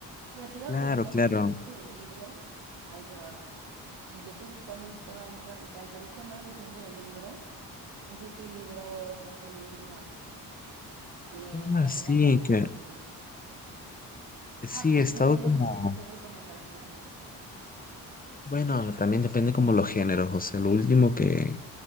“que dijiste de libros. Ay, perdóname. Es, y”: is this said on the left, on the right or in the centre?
Right